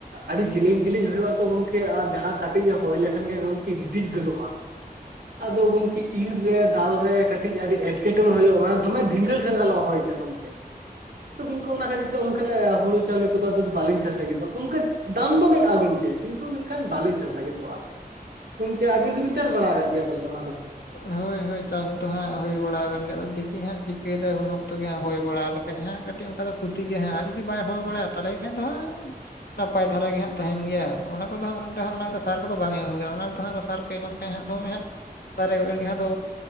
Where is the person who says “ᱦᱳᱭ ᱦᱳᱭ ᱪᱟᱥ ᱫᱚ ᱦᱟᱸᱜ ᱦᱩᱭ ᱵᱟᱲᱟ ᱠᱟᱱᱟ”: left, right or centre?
Left